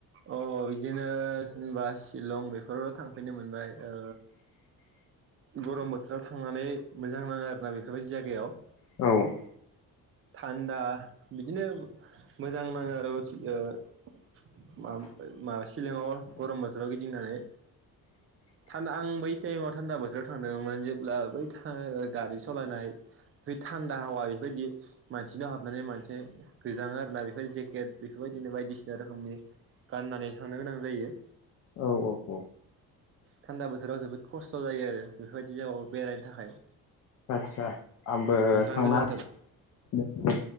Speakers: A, on the right; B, on the left.
A: अ बिदिनो जेनबा शिलं बेफोरावल' थांफेरनो मोनबाय ओ
B: <inaudible>
A: गरम बोथोराव थांनानै मोजां नाङो आरोना बेफोरबायदि जायगायाव।
B: औ
A: थान्दा बिदिनो मोजां नाङो आरो <unintelligible> माम ओ मा शिलंआव गरम बोथोराव गिदिंनानै।
B: <inaudible>
A: थान्दा आं बै टाइमाव थान्दा बोथोराव थांदोंमोन जेब्ला बै था ओ गारि सलायनाय बे थान्दा हावा बेबायदि मानसिनाव हाबनानै मोनसे गोजाङो आरोना बेफोर बायदि जेकेट बेफोरबायदिनो बायदिसिना रोखोमनि गाननानै थांनो गोनां जायो।
B: औ औ औ
A: थान्दा बोथोराव जोबोद खस्थ' जायो आरो बेफोरबायदि जागायाव बेरायनो थाखाय।
B: आदसा आंबो
A: नोंथां
B: थांला
A: गोजोन्थों
B: दे दे